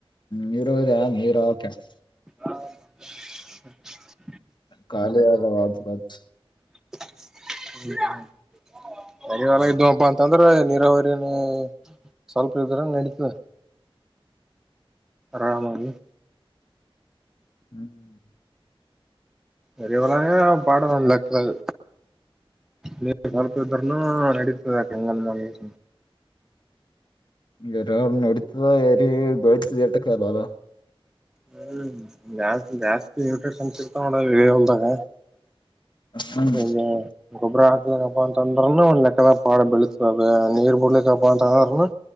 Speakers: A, on the left (about 50°); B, in the centre.
A: ನೀರಾವರಿಯಾದ್ ನೀರಾದ್ ಕೇನ್
B: <unintelligible>
A: ಕಾಲೇ ಆದ <unintelligible>
B: <unintelligible>
A: ಹ್ಮ್
B: ಇದ್ದಪ್ಪ ಅಂತ ಅಂದ್ ಅಂದ್ರ ನೀರಾವರಿನು ಸ್ವಲ್ಪ ಇದ್ರ ನಡೀತ. ಆರಾಮಾಗಿ
A: ಹ್ಮ್ಮ್
B: ಎರಿ ಹೊಲನೇ ಪಾಡ ಒಂದ್ ಲೆಕ್ಕದಾಗ. ನೀರ್ ಸ್ವಲ್ಪ್
A: ಹ್ಮ್
B: ಇದ್ರೂನು ನಡೀತಾ ಇಂಗಾದ್ರು ಮಾಡ್ಗೇಸಿ.
A: ಎರಿ ನಡೀತಾ ಏರಿ ಬೆಳೀತಾ ಎಟುಕ ಹೊಲ.
B: ಹ ಜಾಸ್ತಿ ಜಾಸ್ತಿ ನ್ಯೂಟ್ರಿಷನ್ಸ್ ಇರ್ತ ನೋಡ ಇ ಹೊಲ್ದಾಗ.
A: ಹ್ಮ್
B: ಹಗೆ ಗೊಬ್ಬರ ಹಾಕ್ಲಕ್ಕಪ್ಪಾ ಅಂತ ಅಂದ್ರನು ಒಂದ್ ಲೆಕ್ಕದ ಪಾಡ ಬೆಳತ. ನೀರ್ ಬಿಡ್ಲಿಕ್ಕಪ್ಪಾ ಅಂತ ಅಂದ್ರುನೂ